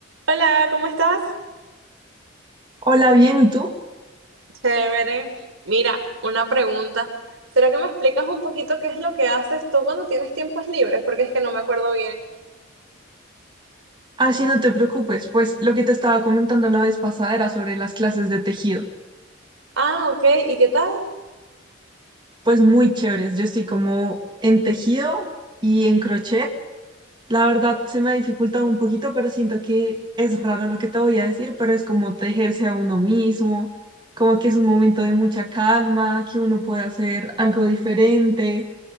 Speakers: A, on the right (about 85°); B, on the right (about 25°).
A: Hola, ¿cómo estás?
B: Hola, bien, ¿y tú?
A: Chévere. Mira, una pregunta. ¿Será que me explicas un poquito qué es lo que haces tú cuando tienes tiempos libres? Porque es que no me acuerdo bien.
B: Así no te preocupes, pues lo que te estaba comentando la vez pasada era sobre las clases de tejido.
A: Ah, ok. ¿Y qué tal?
B: Pues muy chéveres, yo estoy como en tejido y en crochet. La verdad se me ha dificultado un poquito, pero siento que es raro lo que te voy a decir, pero es como tejerse a uno mismo, como que es un momento de mucha calma, que uno puede hacer algo diferente